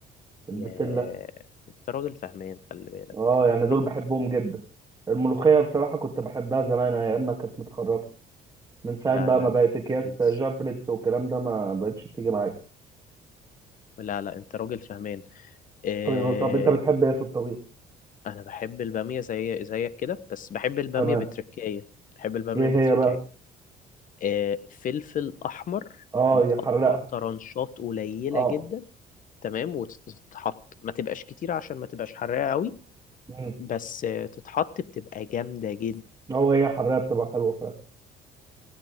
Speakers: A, on the right; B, on the left.
A: البسله
B: يا انت راجل فهمان خلي بالك
A: اه يعني
B: انت
A: دول
B: راجل
A: بحبهم
B: فهمان
A: جدا الملوخيه بصراحه كنت بحبها زمان ايام ما كانت متخرطه من ساعه
B: لا
A: بقى
B: لا
A: ما بقت
B: لا
A: اكياس
B: يا برنس
A: جافريتس والكلام ده ما بقتش بتيجي معايا
B: لا لا انت راجل فهمان آه
A: حبيبي طب انت بتحب ايه في الطبيخ
B: انا بحب البامية زي زيك كده بس بحب البامية
A: تمام
B: بتركاية بحب البامية
A: ايه
B: بتركاية
A: هي بقى
B: آه، فلفل احمر
A: اه
B: متقطع
A: يحرقها
B: طرنشات قليله
A: اه
B: جدا تمام وتتحط ما تبقاش كتير عشان ما تبقاش حراقه قوي
A: امم
B: بس آه، تتحط بتبقى جامده جدا
A: او هي حرقها بتبقى حلوه فعلا